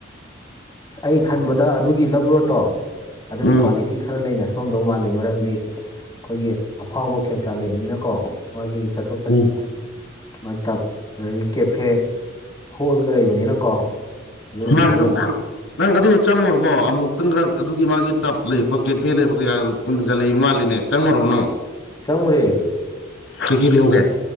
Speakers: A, on the left; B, on the left.
A: ꯑꯩ ꯈꯟꯕꯗ ꯑꯗꯨꯒꯤ ꯂꯞ ꯔꯣꯠꯇꯣ ꯑꯗꯨꯗꯤ
B: ꯎꯝ
A: ꯀ꯭ꯋꯥꯂꯤꯇꯤ ꯈꯔ ꯂꯩꯅ ꯁꯣꯝꯗꯧ ꯃꯥꯜꯂꯤ ꯃꯔꯝꯗꯤ ꯑꯩꯈꯣꯏꯒꯤ ꯑꯐꯥꯎꯕ ꯈꯦꯝꯆꯥꯥꯟ ꯂꯩꯕꯅꯤꯅꯀꯣ ꯃꯥꯒꯤ ꯆꯠꯊꯣꯛ ꯆꯠꯁꯤꯟ
B: ꯎꯝ
A: ꯃ ꯇꯞ ꯑꯗꯒꯤ ꯀꯦꯐꯦ ꯍꯣꯜꯒ ꯂꯩꯕꯅꯤꯅꯀꯣ ꯑꯗꯨꯒꯨꯝꯕ
B: ꯃꯥꯒꯩ
A: ꯈꯔ ꯂꯩꯕꯅꯤ
B: ꯣꯡꯕ ꯅꯪ ꯑꯗꯨ ꯆꯪꯉꯨꯔꯕꯣ ꯑꯃꯨꯛꯇꯪꯒ ꯑꯗꯨꯒꯤ ꯃꯥꯒꯤ ꯇꯞ ꯂꯩꯕ ꯕꯀꯦꯠ ꯐꯦ ꯂꯩꯕ ꯀꯩꯀ ꯄꯨꯟꯀꯥ ꯂꯩ ꯃꯥꯜꯂꯤꯅꯦ ꯆꯪꯉꯨꯔꯕ ꯅꯪ
A: ꯆꯪꯔꯦ
B: ꯀꯩꯀꯩ ꯂꯩꯍꯧꯒꯦ